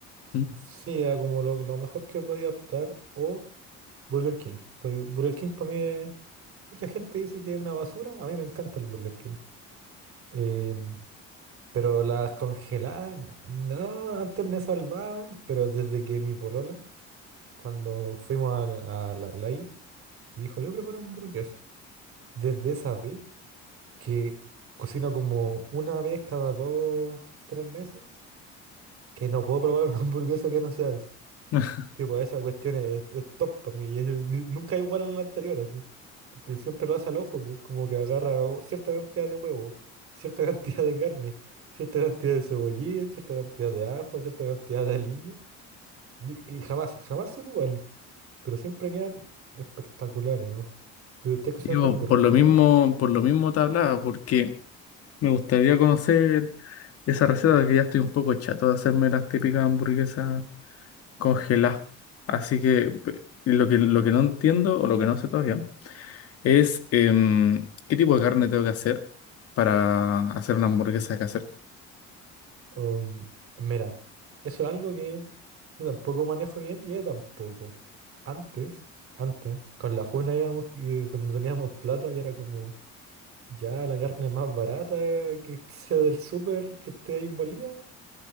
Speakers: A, on the right; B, on the left.
A: s-
B: Mm.
A: sí, era como lo, lo mejor que podía optar. O Burger King. Pero Burger King para mí es... Mucha gente dice que es una basura. A mí me encanta el Burger King. Em, pero las congeladas, no, antes me salvaban, pero desde que mi polola, cuando fuimos a, a la playa, dijo, yo preparo hamburguesa. Desde esa vez. que cocino como una vez cada dos, tres meses, que no puedo probar <laughs> una hamburguesa que no sea esa.
B: <laughs>
A: Tipo, esa cuestión es, es top para mí y es- ni- nunca es igual a la anterior, así. Porque siempre lo hace al ojo, pues, como que agarra o- cierta cantidad de huevo, cierta <laughs> cantidad de carne, cierta cantidad de cebollín, cierta cantidad de ajo, cierta cantidad de aliño. Y, y jamás, jamás son iguales, pero siempre quedan espectaculares, ¿no? Pero estás cocinando
B: Digo,
A: hamburguesas,
B: por lo mismo, por lo mismo te hablaba, porque Me gustaría conocer esa receta porque ya estoy un poco chato de hacerme las típicas hamburguesas congeladas. Así que pe- lo que, lo que no entiendo o lo que no sé todavía es em, qué tipo de carne tengo que hacer para hacer una hamburguesa casera.
A: Um, mira, eso es algo que yo tampoco manejo bien y ella tampoco. Antes, antes, con la Juna íbamos y eh, cuando teníamos plata y era como ya la carne más barata eh, que sea del súper, que esté ahí molida